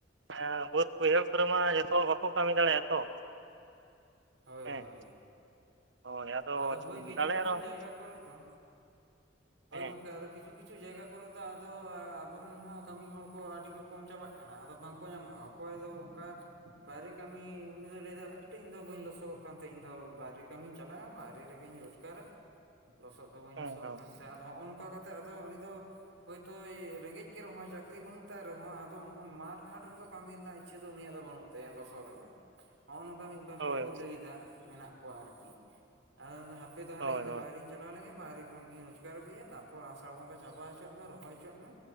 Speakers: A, on the right; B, on the right.
A: ᱦᱮᱸ ᱵᱟᱹᱫᱽ ᱵᱟᱹᱭᱦᱟᱹᱲ ᱠᱚᱨᱮ ᱢᱟ ᱡᱚᱛᱚ ᱢᱟ ᱵᱟᱠᱚ ᱠᱟᱹᱢᱤ ᱫᱟᱲᱮᱭᱟᱜᱼᱟ ᱛᱚ
B: ᱦᱳᱭ
A: ᱦᱮᱸ
B: ᱦᱳᱭ
A: ᱦᱳᱭ
B: ᱟᱫᱚ ᱦᱳᱭ ᱠᱤᱪᱷᱩ
A: ᱫᱟᱲᱮᱭᱟᱜ
B: ᱠᱤᱪᱷᱩ
A: ᱨᱮᱦᱚᱸ
B: ᱡᱟᱭᱜᱟ ᱠᱚᱨ ᱫᱚ ᱦᱳᱭ
A: ᱦᱮᱸ
B: ᱜᱚᱢᱠᱮ ᱟᱫᱚ ᱠᱤᱪᱷᱩ ᱠᱤᱪᱷᱩ ᱡᱟᱭᱜᱟ ᱠᱚᱨᱮ ᱫᱚ ᱟᱫᱚ ᱟᱵᱚᱨᱮᱱ ᱦᱚᱸ ᱠᱟᱹᱢᱤ ᱦᱚᱲ ᱠᱚ ᱟᱹᱰᱤ ᱠᱚ ᱠᱚᱢ ᱪᱟᱵᱟᱜ ᱠᱟᱱᱟ ᱟᱫᱚ ᱵᱟᱝᱠᱚ ᱧᱟᱢᱚᱜᱼᱟ ᱚᱠᱚᱭ ᱫᱚ ᱚᱱᱠᱟ ᱵᱟᱦᱨᱮ ᱠᱟᱹᱢᱤ ᱩᱱᱤ ᱫᱚᱭ ᱞᱟᱹᱭᱮᱫᱟ ᱦᱟᱴ ᱤᱧ ᱫᱚ ᱵᱟᱹᱧ ᱞᱚᱥᱚᱜᱚᱜ ᱠᱟᱱ ᱛᱤᱧ ᱫᱚ ᱵᱟᱦᱨᱮ ᱠᱟᱹᱢᱤᱧ ᱪᱟᱞᱟᱜᱼᱟ ᱵᱟᱦᱨᱮ ᱨᱮᱜᱮᱧ ᱨᱳᱡᱽᱜᱟᱨᱟ ᱞᱚᱥᱚᱫ ᱫᱚ ᱵᱟᱹᱧ
A: ᱦᱮᱸ
B: ᱞᱚᱥᱚᱫᱚᱜ
A: ᱦᱮᱸ
B: ᱠᱟᱱ ᱛᱟᱦᱮᱸᱫ ᱟᱫᱚ ᱱᱚᱜᱼᱚ ᱱᱚᱝᱠᱟ ᱠᱟᱛᱮᱜ ᱟᱫᱚ ᱩᱱᱤ ᱫᱚ ᱦᱳᱭᱛᱳ ᱨᱮᱸᱜᱮᱡ ᱜᱮ ᱨᱮᱦᱚᱸ ᱪᱟᱹᱠᱨᱤ ᱵᱟᱹᱱᱩᱜ ᱛᱟᱭ ᱨᱮᱦᱚᱸ ᱟᱫᱚ ᱚᱸᱜᱼᱚᱭ ᱢᱟᱴᱷ ᱜᱷᱟᱴ ᱨᱮᱫᱚ ᱠᱟᱹᱢᱤ ᱨᱮᱱᱟᱜ ᱤᱪᱪᱷᱟᱹ ᱫᱚ ᱩᱱᱤᱭᱟᱜ ᱫᱚ ᱵᱟᱹᱱᱩᱜ ᱛᱟᱭᱟ ᱞᱚᱥᱚᱫ ᱨᱮᱫᱚ ᱱᱚᱜᱼᱚ ᱱᱚᱝᱠᱟᱱᱤᱡ ᱵᱟᱨ
A: ᱦᱳᱭ
B: ᱦᱚᱲ ᱠᱚ ᱞᱟᱹᱭ ᱮᱫᱟ ᱢᱮᱱᱟᱜ ᱠᱚᱣᱟ ᱟᱨᱠᱤ ᱟᱫᱚ ᱦᱟᱯᱮ ᱛᱟᱦᱚᱞᱮ
A: ᱦᱳᱭ
B: ᱤᱧ
A: ᱦᱳᱭ
B: ᱫᱚ ᱵᱟᱦᱨᱤᱧ ᱪᱟᱞᱟᱣ ᱞᱮᱱ ᱜᱮ ᱵᱟᱦᱨᱮ ᱠᱷᱚᱱ ᱜᱤᱧ ᱨᱳᱡᱽᱜᱟᱨ ᱟᱹᱜᱩᱭᱟ ᱛᱟᱨᱯᱚᱨ ᱟᱥᱟᱲ ᱵᱚᱸᱜᱟ ᱪᱟᱵᱟ ᱦᱚᱪᱚᱣᱟᱜ ᱢᱮ ᱨᱚᱦᱚᱭ ᱦᱚᱪᱚᱣᱟᱜ ᱢᱮ